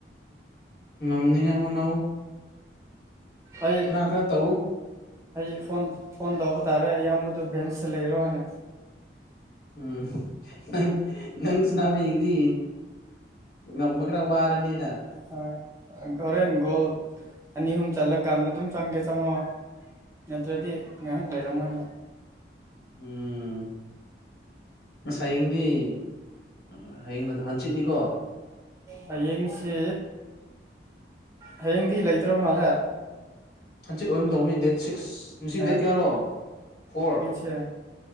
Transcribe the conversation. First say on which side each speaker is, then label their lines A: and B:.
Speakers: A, on the left; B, on the right.
A: ꯉꯝꯅꯤꯡꯉ ꯍꯨꯅ
B: ꯑꯩ
A: ꯈꯔ ꯇꯧ
B: ꯑꯩ ꯐꯣꯟꯣꯟ ꯐꯣꯟ ꯇꯧꯕ ꯇꯥꯔꯦ ꯑꯌꯥꯝꯕꯗ ꯕꯦꯟꯁꯇ ꯂꯩꯔꯣꯅꯦ
A: ꯎꯝ ꯅꯪ ꯅꯪꯁꯨꯅꯥꯕ ꯌꯦꯡꯗꯤ ꯉꯝꯃ ꯈꯔ ꯋꯥꯔꯅꯤꯅ
B: ꯍꯣꯏ ꯍꯣꯔꯦꯟ ꯒꯣꯜ ꯑꯅꯤ ꯑꯍꯨꯝ ꯆꯠꯂꯀꯥꯟꯗ ꯑꯗꯨꯝ ꯆꯪꯒꯦ ꯆꯪꯉꯣ ꯅꯠꯇ꯭ꯔꯗꯤ ꯉꯥꯏꯍꯥꯛ ꯂꯩꯔꯝꯃꯣꯏꯅ
A: ꯎꯝ ꯉꯁꯥꯏꯌꯦꯡꯗꯤ ꯎꯝ ꯍꯌꯦꯡ ꯍꯥꯟꯆꯤꯠꯅꯤꯀꯣ
B: ꯍꯌꯦꯡꯁꯤ ꯍꯌꯦꯡꯗꯤ ꯂꯩꯇ꯭ꯔ ꯃꯥꯜꯂꯦ
A: ꯍꯟꯆꯤꯠ ꯑꯣꯏꯝ ꯇꯧꯅꯤ ꯗꯦꯠ ꯁꯤꯛꯁ ꯉꯁꯤ
B: ꯃ
A: ꯗꯦꯠ ꯀꯌꯥꯔꯣ ꯐꯣꯔ
B: ꯐꯦ